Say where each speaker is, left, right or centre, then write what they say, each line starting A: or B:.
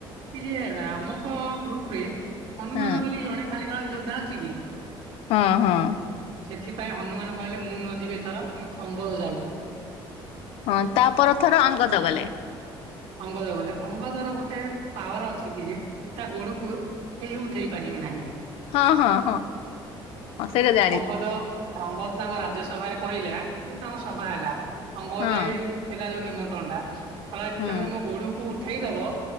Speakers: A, on the right; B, on the left.
A: କି ଯେ ରାମଙ୍କ ଗ୍ରୁପ ରେ, ହନୁମାନ
B: ହଁ
A: ବୋଲି ଜଣେ ଖାଲି ଖାଲି ଯୋଦ୍ଧା ଅଛି କି?
B: ହଁ, ହଁ।
A: ସେଥିପାଇଁ ହନୁମାନ କହିଲେ, ମୁଁ ନ ଯିବି ଏଥର। ଅଙ୍ଗଦ ଯାଉ।
B: ହଁ, ତାପ ଥର ଆଙ୍ଗଦ ଗଲେ।
A: ଅଙ୍ଗଦ ଗଲେ। ଅଙ୍ଗଦର ଗୋଟେ ପାୱାର ଅଛି, କି ଯେ ତା ଗୋଡକୁ କେହି ଉଠେଇ ପାରିବି ନାହିଁ।
B: ହଁ, ହଁ, ହଁ। ସେଇଟା ଜାଣି
A: ଅଙ୍ଗଦ ଅଙ୍ଗଦ ତାଙ୍କ ରାଜ୍ୟ ସଭାରେ କହିଲା, ଯୋଉ ତାଙ୍କ ସଭା ହେଲା। ଅଙ୍ଗ
B: ହଁ
A: ଯାଇ ଥିଲା ଯୋଉ ନିମନ୍ତ୍ରଣ ଟା, କଲା ଯଦି
B: ହୁଁ
A: ତମେ ମୋ, ଗୋଡକୁ ଉଠେଇ ଦବ